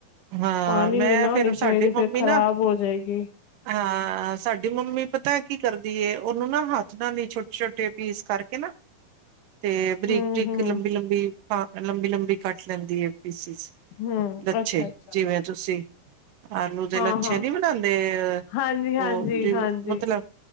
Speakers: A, on the right; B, on the left.
A: ਹਾਂ
B: ਪਾਣੀ
A: ਮੈਂ
B: ਨੀ ਨਾ
A: ਫੇਰ
B: ਹੋਣੀ ਚਾਹੀਦੀ,
A: ਸਾਡੀ ਮੰਮੀ
B: ਫਿਰ ਖ਼ਰਾਬ
A: ਨਾ
B: ਹੋ ਜਾਏਗੀ।
A: ਹਾਂ ਆ ਸਾਡੀ ਮੰਮੀ ਪਤਾ। ਕੀ ਕਰਦੀ ਉਹਨੂੰ ਨਾ, ਹੱਥ ਨਾਲ ਇ ਛੋਟੇ- ਛੋਟੇ ਪੀਸ ਕਰਕੇ ਨਾ। ਤੇ ਬਰੀਕ
B: ਹੂੰ-ਹੂੰ,
A: -ਬਰੀਕ ਲੰਬੀ - ਲੰਬੀ, ਲੰਬੀ - ਲੰਬੀ ਕੱਟ ਲੈਂਦੀ ਹੈ ਪੀਸਿਸ।
B: ਹੂੰ
A: ਲੱਛੇ
B: ਅੱਛਾ-ਅੱਛਾ
A: ਜਿਵੇਂ ਤੁਸੀਂ। ਆਲੂ ਦੇ
B: ਹਾਂ-ਹਾਂ
A: ਲੱਛੇ ਨੀ ਬਣਾਉਦੇ,
B: ਹਾਂਜੀ-ਹਾਂਜੀ,
A: ਉਹ ਜ
B: ਹਾਂਜੀ
A: ਮਤਲਬ।